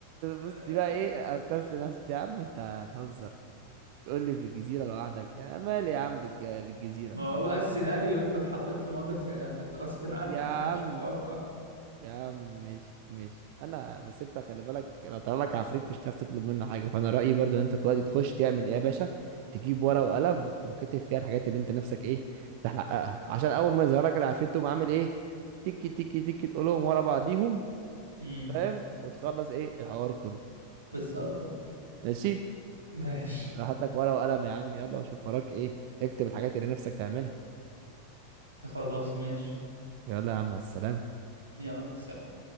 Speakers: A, on the right (about 85°); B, on the right (about 45°).
A: آه،
B: بص دي بقى ايه اكس نفسي يا عم انت هتهزر تقول لي في الجزيرة لوحدك أنا مالي يا عم بالج... بالجزيرة
A: ما هو بقى السيناريو انت اتحطيت في موقف زي ده انت غصب
B: يا
A: عنك
B: عم
A: محدش متوقع
B: يا عم ماشي ماشي انا بس انت خلي بالك لو طلع لك عفريت مش هتعرف تطلب منه حاجه فانا رايي برضو ان انت دلوقتي تخش تعمل ايه يا باشا تجيب
A: مم.
B: ورقه وقلم وتقوم كاتب فيها الحاجات اللي انت نفسك ايه تحققها عشان اول ما يظهر لك العفريت تقوم عامل ايه تيكي تيكي تيكي تقولهم ورا بعضيهم
A: مم.
B: فاهم وتخلص ايه الحوار كله
A: بالظبط
B: ماشي
A: ماشي
B: راح هات لك ورقه وقلم يا عم يلا وشوف وراك ايه تكتب الحاجات اللي نفسك تعملها
A: خلاص ماشي
B: يلا يا عم على السلامه
A: يلا سلام